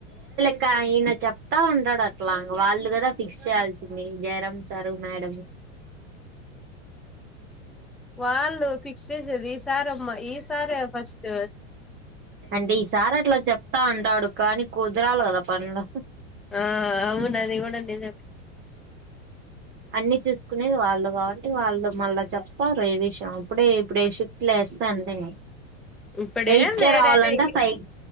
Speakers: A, on the right (about 30°); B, in the centre.
A: ఇంకా ఆయన చెప్తా ఉంటాడు అట్లా వాళ్ళు కదా ఫిక్స్ చేయాల్సింది జయరాం సారు మేడ
B: వాళ్ళు ఫిక్స్ చేసేది ఈ సార్ అమ్మ ఈ సారి ఫస్ట్
A: అంటే ఈసారి అట్లా చెప్తా అంటాడు కానీ కుదరాలి కదా పనులు
B: ఆ అవునాది కూడా నిజమే
A: అన్ని చూసుకునేది వాళ్ళు కాబట్టి వాళ్ళు మళ్ళా చెప్తారు ఏ విషయం ఇప్పుడే షిఫ్ట్ లు లేస్త సండే
B: ఇప్పుడే
A: ఎయిట్కే
B: వేరైనా
A: రావాలంటే ఫైవ్